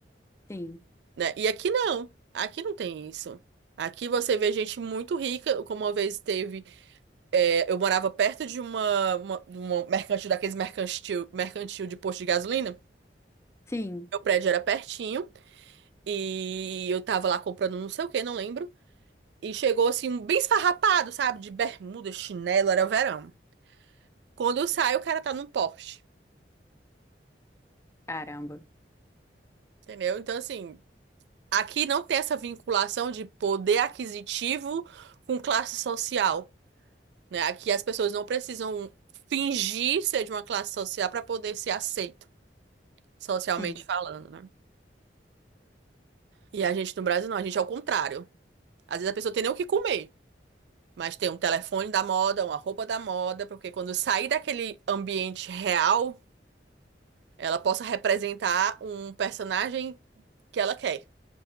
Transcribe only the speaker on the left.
Sim,
sim,
caramba.
Sim.